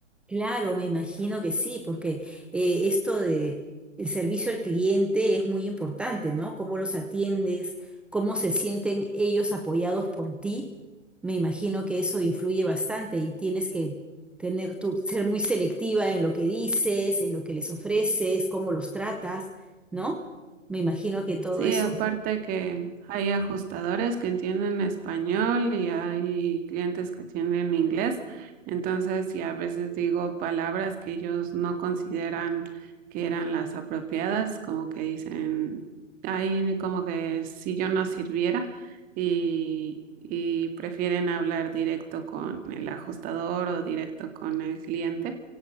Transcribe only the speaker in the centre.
Claro, me imagino que sí, porque eh, esto de el servicio al cliente es muy importante, ¿no? Cómo los atiendes, cómo se sienten ellos apoyados por ti. Me imagino que eso influye bastante y tienes que tener tu, ser muy selectiva en lo que dices, en lo que les ofreces, cómo los tratas, ¿no? Me imagino que todo
eso